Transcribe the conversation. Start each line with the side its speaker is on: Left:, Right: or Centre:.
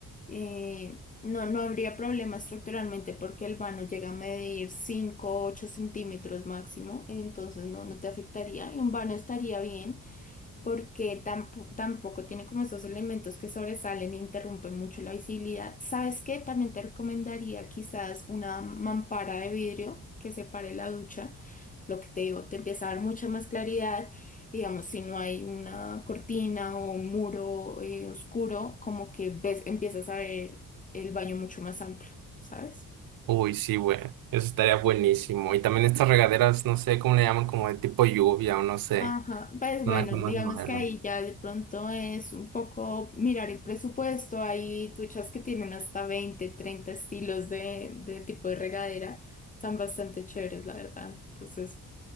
Left: Eh, no, no habría problema estructuralmente porque el vano llega a medir 5 o 8 centímetros máximo, entonces no, no te afectaría y un vano estaría bien. porque tampo- tampoco tiene como esos elementos que sobresalen e interrumpen mucho la visibilidad. ¿Sabes qué? También te recomendaría quizás una mampara de vidrio que separe la ducha. Lo que te digo, te empieza a dar mucha más claridad. y, Digamos, si no hay una cortina o un muro eh, oscuro, como que ves, empiezas a ver el baño mucho más amplio, ¿sabes?
Right: Uy, sí, güey. Eso estaría buenísimo. Y también estas regaderas, no sé cómo le llaman, como de tipo lluvia o no sé,
Left: Ajá, pues
Right: una
Left: bueno,
Right: cosa más
Left: digamos
Right: moderna.
Left: que ahí ya de pronto es un poco mirar el presupuesto. Hay duchas que tienen hasta 20, 30 estilos de, de tipo de regadera. Están bastante chéveres, la verdad. Entonces,